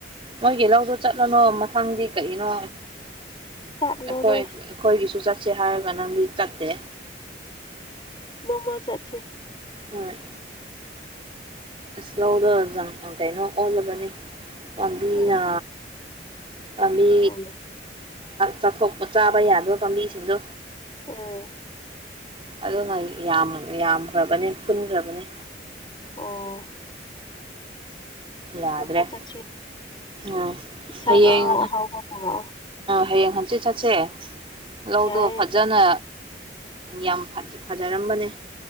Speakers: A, on the right (about 30°); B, on the left (about 25°).
A: ꯅꯣꯏꯒꯤ ꯂꯧꯗꯣ ꯆꯠꯂꯅꯣ ꯃꯊꯪꯗꯤ ꯀꯔꯤꯒꯤꯅꯣ
B: ꯆꯠꯂꯔꯣꯏ
A: ꯑꯩꯈꯣꯏ ꯑꯩꯈꯣꯏꯒꯤꯁꯨ ꯆꯠꯁꯦ ꯍꯥꯏꯔꯒ ꯅꯪꯗꯤ ꯆꯠꯇꯦ
B: ꯅꯣꯃꯥ ꯆꯠꯁꯤ
A: ꯍꯣꯏ ꯑꯁ ꯂꯧꯗꫭ ꯀꯩꯅꯣ ꯑꯣꯜꯂꯕꯅꯦ ꯄꯥꯝꯕꯤꯅ
B: ꯎꯝ
A: ꯄꯥꯝꯕꯤ
B: ꯑꯣ
A: ꯆꯥꯊꯣꯛꯄ ꯆꯥꯕ ꯌꯥꯗꯣꯏ ꯄꯥꯝꯕꯤꯁꯤꯡꯗꯣ
B: ꯑꯥ
A: ꯑꯗꯨꯅ ꯌꯥꯝꯈ꯭ꯔꯕꯅꯤ ꯄꯨꯟꯈ꯭ꯔꯕꯅꯤ
B: ꯑꯣ
A: ꯌꯥꯗ꯭ꯔꯦ
B: ꯅꯣꯡꯃ ꯆꯠꯁꯦ
A: ꯎꯝ
B: ꯏꯟꯁꯥꯡ
A: ꯍꯌꯦꯡ
B: ꯑꯍꯥꯎ ꯑꯍꯥꯎꯕ ꯄꯨꯔꯛꯑꯣ
A: ꯍꯌꯦꯡ ꯍꯟꯆꯤꯠ ꯆꯠꯁꯦ ꯂꯧꯗꯣ
B: ꯌꯥꯏꯌꯦ
A: ꯐꯖꯅ ꯌꯥꯝ ꯐꯖꯔꯝꯕꯅꯦ